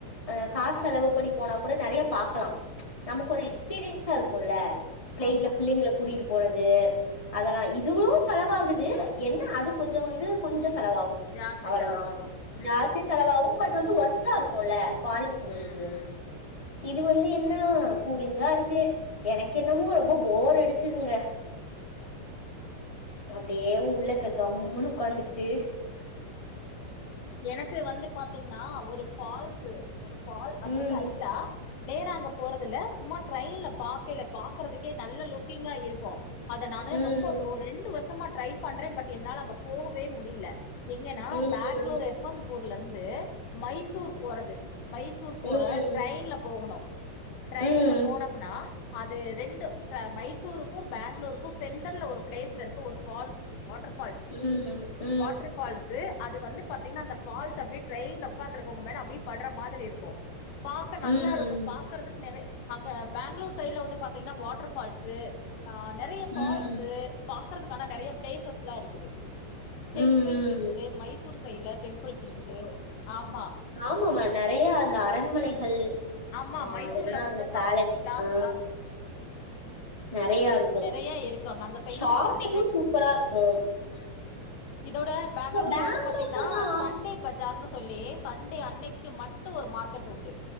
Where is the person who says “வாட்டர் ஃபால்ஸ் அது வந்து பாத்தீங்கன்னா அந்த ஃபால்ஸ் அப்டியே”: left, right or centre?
Left